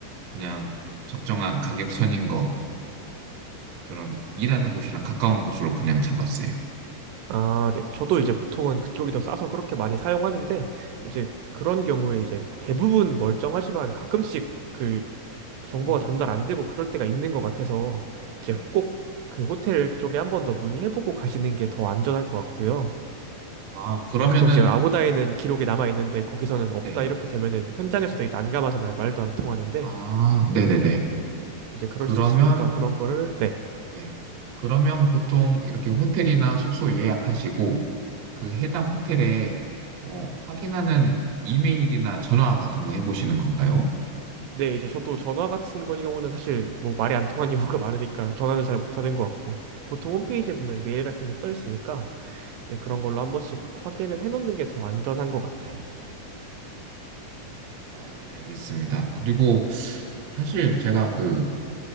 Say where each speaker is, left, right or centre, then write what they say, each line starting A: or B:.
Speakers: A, on the right; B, on the right.
A: 그냥 적정한 가격 선인 거, 그런 일하는 곳이랑 가까운 곳으로 그냥 잡았어요.
B: 아, 네네. 저도 이제 보통은 그쪽이 더 싸서 그렇게 많이 사용하는데 이제 그런 경우에 이제 대부분 멀쩡하지만 가끔씩 그 정보가
A: 음.
B: 전달 안 되고 그럴 때가 있는 것 같아서 이제
A: 음.
B: 꼭 그 호텔 쪽에 한번 더 문의해보고 가시는 게 더 안전할 것 같고요.
A: 아, 그러면은,
B: 가끔씩 아고다에는 기록이 남아 있는데 거기서는 없다
A: 네.
B: 이렇게 되면은 현장에서 되게 난감하잖아요. 말도 안 통하는데
A: 아, 네네네.
B: 이제 그럴
A: 그러면,
B: 수 있으니까 그런 거를 네.
A: 네. 그러면 보통 이렇게 호텔이나 숙소 예약하시고, 그 해당 호텔에, 어, 확인하는 이메일이나 전화 같은 거 해보시는 건가요?
B: 네, 이제 저도 전화 같은 거 경우는 사실 뭐 말이 안 통한 경우가 <laughs> 많으니까 전화는 잘 못하는 것 같고 보통 홈페이지에
A: 네.
B: 보면 메일 같은 게 써 있으니까 이제 그런 걸로 한 번씩 확인을 해놓는 게 더 안전한 것 같아요.
A: 아, 알겠습니다. 그리고 사실 제가 그